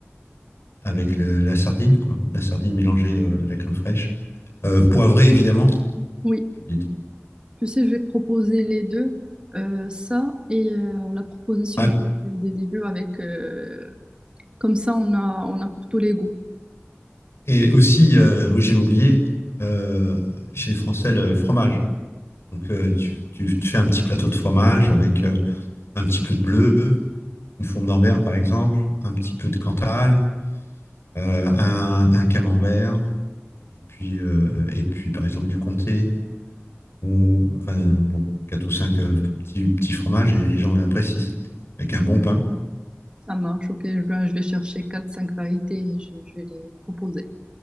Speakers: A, on the left; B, on the right.
A: avec le- la sardine, quoi. La sardine mélangée euh, à la crème fraîche. Euh, poivrée, évidemment.
B: Oui.
A: J'ai oublié de-
B: Tu sais, je vais proposer les deux, euh, ça et euh, la proposition
A: Ah,
B: du- des débuts avec euh, comme ça on a on a pour tous les goûts.
A: et aussi, euh, oui, j'ai oublié, euh, chez les Français, le fromage. Donc, euh, tu, tu- tu fais un petit plateau de fromage avec euh, un petit peu de bleu, une fourme d'envers, par exemple, un petit peu de cantal, euh, un, un camembert, et puis, euh, et puis, par exemple, du comté, ou enfin, bon, 4 ou 5 petits, petits fromages, et les gens apprécient ça. Avec un bon pain.
B: Ça marche, ok. Je vais, je vais chercher quatre cinq variétés et je, je vais les proposer.